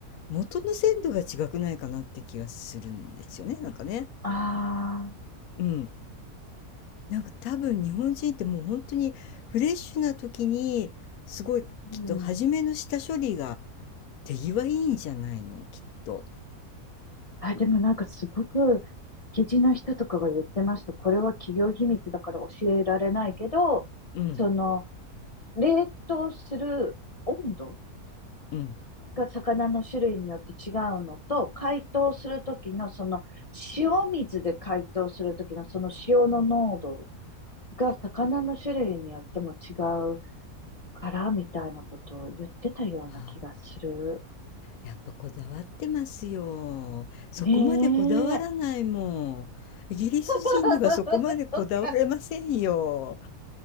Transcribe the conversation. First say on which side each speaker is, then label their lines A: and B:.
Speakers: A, on the left; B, on the left.
A: 元の鮮度が違くないかなって気がするんですよね、なんかね。
B: ああ、
A: うん。なんか多分日本人ってもう本当にフレッシュな時にすごいきっと初めの下処理が
B: うん。
A: 手際いいんじゃないのきっと。
B: あ、でもなんかすごく、築地の人とかが言ってました。これは企業秘密だから教えられないけど、
A: うん
B: その、冷凍する温度
A: うん
B: が魚の種類によって違うのと、解凍するときのその、塩水で解凍するときのその塩の濃度が魚の種類によっても違うから、みたいなことを言ってたような気がする。
A: あーやっぱこだわってますよ。そこまでこだわらないもん。
B: ねえ。
A: イギリス人にはそこまでこだわれませんよ。
B: <laughs> とか